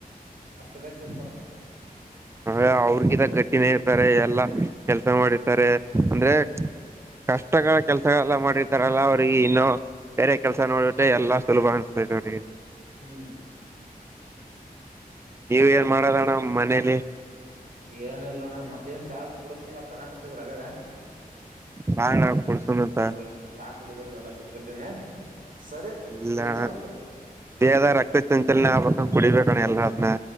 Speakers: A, on the right; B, on the right.
A: ಅಷ್ಟು ಗಟ್ಟಿರ್ತಾರಪ್ಪ
B: ಅವೆ ಅವ್ರಗಿಂದ ಗಟ್ಟಿನೇ ಇರ್ತಾರೆ ಎಲ್ಲಾ ಕೆಲ್ಸ ಮಾಡಿರ್ತಾರೆ ಅಂದ್ರೆ
A: ಹ್ಮ್
B: ಕಷ್ಟ ಕಷ್ಟ ಕೆಲ್ಸಗಳೆಲ್ಲ ಮಾಡಿರ್ತಾರಲ್ಲ ಅವ್ರಿಗೆ ಇನ್ನೂ ಬೇರೆ ಕೆಲ್ಸ ನೋಡಟ್ಟೆ ಎಲ್ಲಾ ಸುಲಭ ಅನ್ಸ್ತದೆ ಅವ್ರಿಗೆ
A: ಹ್ಮ್
B: <inaudible> ನೀವ ಏನ್ ಮಾಡದಣ್ಣ ಮನೇಲಿ
A: ಏನ ಇಲ್ಲ ಅಣ್ಣ ಮತ್ತೇ ನ್ ಚಾಹ ಕುಡಿಸಸ್ತೀನ ನ್ ತನಕತ್ತಿದ್ರಗಡೆ
B: ಬಾಣ ಕುಡ್ಸಣ ಅಂತ
A: ಹೋಲ್ಬೇಡ ಚಾ ಕುಡಿದದು ಎಲ್ಲ ಬಿಟ್ಬಿಟ್ಟೇನೆ ಸರಿ
B: ಇಲ್ಲೇ
A: ಇಡ್ತೇನತ್ತ
B: ದೇಹದ ರಕ್ತ ಚಂಚಲನ ಆಗ್ಬೇಕು ಕುಡಿಬೇಕು ಕ ಅಲ್ಲದನ್ನ